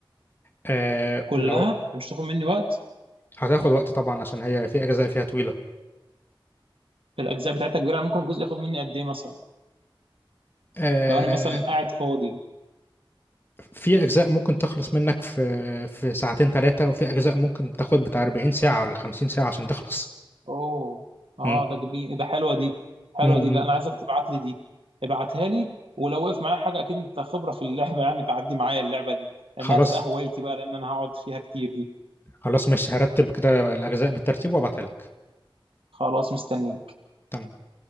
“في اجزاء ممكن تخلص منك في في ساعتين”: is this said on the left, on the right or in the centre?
Left